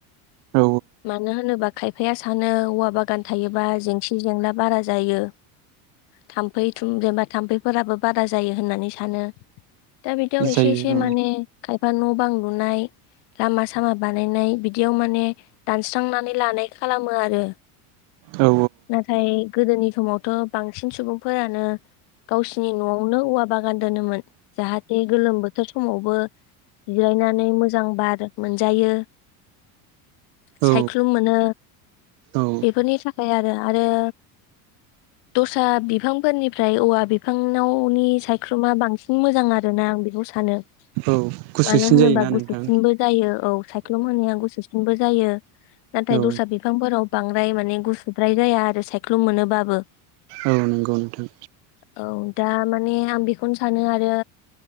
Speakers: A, on the right; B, on the left.
A: औ
B: मानो होनोबा खायफाया सानो औवा बागान थायोबा जेंसि जेंला बारा जायो थाम्फै थुम जेनबा थाम्फैफोराबो बारा जायो होननानै सानो दा बिदियाव एसे
A: जायो
B: एसे
A: औ
B: माने खायफा न' बां लुनाय लामा सामा बानायनाय बिदियाव माने दानस्रांनानै लानाय खालामो आरो
A: औ
B: नाथाय गोदोनि समावथ' बांसिन सुबुं फोरानो गावसिनि न'आवनो औवा बागान दोनोमोन जाहाथे गोलोम बोथोर समावबो जिरायनानै मोजां बार मोनजायो सायख्लुम
A: औ
B: मोनो
A: औ
B: बेफोरनि थाखाय आरो आरो <inaudible> दस्रा बिफांफोरनिफ्राय औवा बिफांनावनि सायख्रुमा बांसिन मोजां आरोना आं बेखौ सानो
A: औ गुसुसिन
B: मानो होनोबा
A: जायोना नोंथां
B: गुसुसिनबो जायो औ सायख्लुम होनाया गुसुसिनबो जायो नाथाय
A: औ
B: दस्रा बिफांफोराव बांद्राय माने गुसुद्राय जाया आरो सायख्लुम मोनोबाबो
A: औ नंगौ नोंथां
B: औ दा माने आं बेखौनो सानो आरो